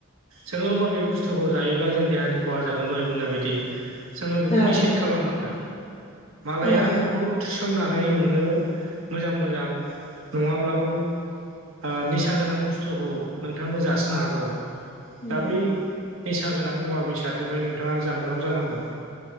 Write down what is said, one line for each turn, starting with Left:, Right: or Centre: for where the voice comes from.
Right: जोङो माबे बुस्थुखौ जायोब्ला जों देहानि खहा जागोन दहाय बुंनाय बायदि जोङो बेखौ
Left: औ
Right: निसिथ खालामनांगोन। मालाया
Left: औ
Right: नोंख खौ थुसोमनानै नोंनो मोजां मोजां नङा ब्लाबो आ निसा गोनां बुस्थुखौ नोंथांनो जासिनो हागौ।
Left: उम
Right: दा बै निसा गोनां मुवा बेसादनिफ्राय नोंथाङा जानगाराव जानांगोन।